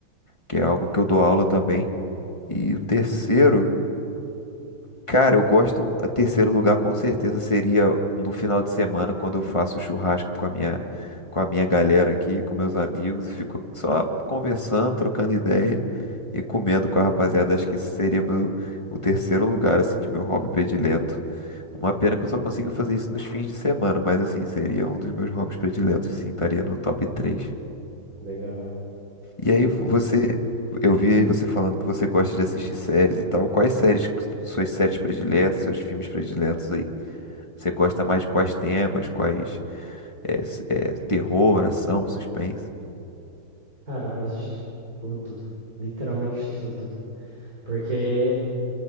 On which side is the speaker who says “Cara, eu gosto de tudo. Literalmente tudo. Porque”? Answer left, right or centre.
Right